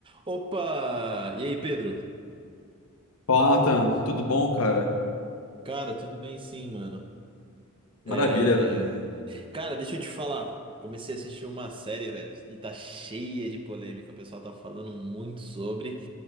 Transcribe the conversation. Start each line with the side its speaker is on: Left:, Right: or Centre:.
Right: Opa! E aí, Pedro?
Left: Fala, Nathan. Tudo bom, cara?
Right: Cara, tudo bem sim, mano.
Left: Maravilha,
Right: É...
Left: velho.
Right: Cara, deixa eu te falar. Comecei a assistir uma série, velho, e tá cheia de polêmica. O pessoal tá falando muito sobre,